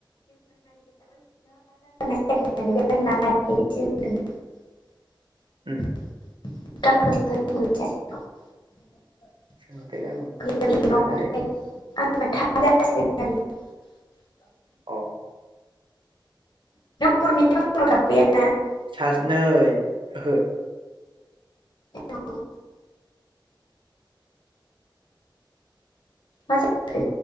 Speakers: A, on the left; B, on the right.
A: <unintelligible> <unintelligible> <unintelligible>
B: उम
A: <unintelligible> <unintelligible>
B: सोंबाय गाबोन सोंनानै
A: <unintelligible>
B: अ
A: <unintelligible>
B: सासनै ओहो।
A: <unintelligible> मा जाखो?